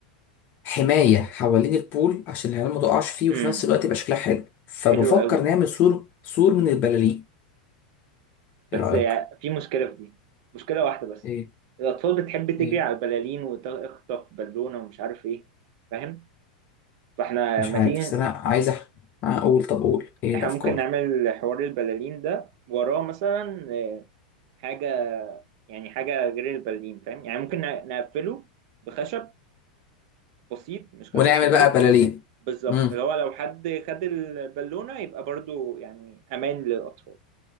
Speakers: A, on the left; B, on the right.
A: حماية حوالين البول عشان العيال ما تقعش فيه
B: امم
A: وفي نفس الوقت يبقى شكلها حلو فبفكر
B: حلو قوي
A: نعمل سور سور من البلالين
B: بس
A: ايه رأيك؟
B: في مشكله في دي مشكله واحده بس
A: ايه
B: الاطفال بتحب تجري
A: ايه
B: على البلالين وتخطف بالونه ومش عارف ايه فاهم فاحنا
A: مش
B: لما
A: عارف
B: تيجي
A: بس انا عايز أح- اقول طب قول ايه
B: احنا
A: الافكار؟
B: ممكن نعمل حوار البلالين ده وراه مثلا آه، حاجه يعني حاجة غير البرلين فاهم يعني ممكن ن- نقفله بخشب بسيط مش
A: ونعمل
B: خشب كبير
A: بقى بلالين
B: بالظبط
A: امم
B: اللي هو لو حد خد البالونة يبقى برضو يعني أمان للأطفال